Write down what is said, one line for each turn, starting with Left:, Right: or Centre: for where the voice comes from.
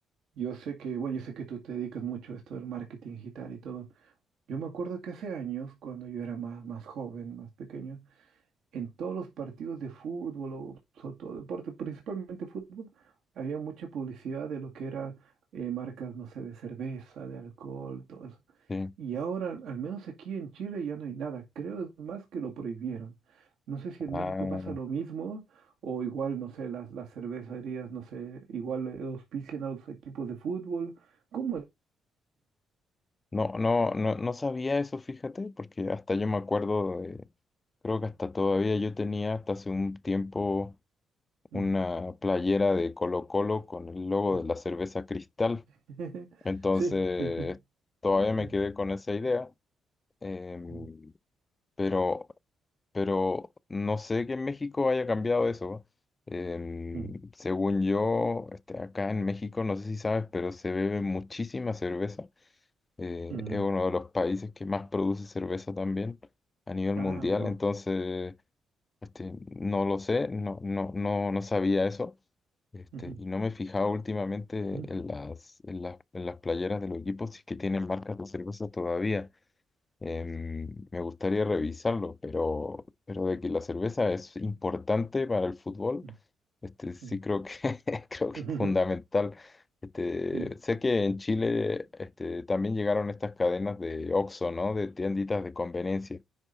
Right: yo sé que, bueno, yo sé que tú te dedicas mucho a esto del marketing digital y todo. Yo me acuerdo que hace años, cuando yo era más, más joven, más pequeño, en todos los partidos de fútbol o sobre todo deporte, principalmente fútbol, había mucha publicidad de lo que era eh, marcas, no sé, de cerveza, de alcohol, todo eso.
Left: Sí.
Right: Y ahora, al menos aquí en Chile, ya no hay nada. Creo es más que lo prohibieron. No sé si en
Left: Ah,
Right: México pasa lo mismo o igual, no sé, las, las cervecerías, no sé, igual eh, auspician a los equipos de fútbol. ¿Cómo es?
Left: no, no, no, no sabía eso, fíjate, porque hasta yo me acuerdo de, creo que hasta todavía yo tenía hasta hace un tiempo
Right: Mm,
Left: una playera de Colo Colo con el logo
Right: mm.
Left: de la cerveza Cristal.
Right: <laughs>
Left: Entonces,
Right: Sí, sí.
Left: todavía me
Right: Mm,
Left: quedé con esa idea, em,
Right: mm,
Left: pero, pero no sé que en México haya cambiado eso. Em,
Right: mm,
Left: según yo, este, acá en México, no sé si sabes, pero se bebe muchísima cerveza. Eh,
Right: mm.
Left: es uno de los países que más produce cerveza también a nivel
Right: Ah,
Left: mundial.
Right: wow.
Left: Entonces, este, no lo sé, no, no, no, no sabía eso. Este,
Right: Ujú,
Left: y no me he fijado últimamente
Right: ujú,
Left: en las, en las, en las playeras de los equipos si es que tienen marcas de cerveza todavía. Em, me gustaría revisarlo, pero, pero de que la cerveza es importante para el fútbol,
Right: ujú,
Left: este, sí
Right: ujú,
Left: creo que, <laughs> creo que
Right: ujú.
Left: es fundamental. Este,
Right: Sí.
Left: sé que en Chile este, también llegaron estas cadenas de Oxxo, ¿no? De tienditas de conveniencia.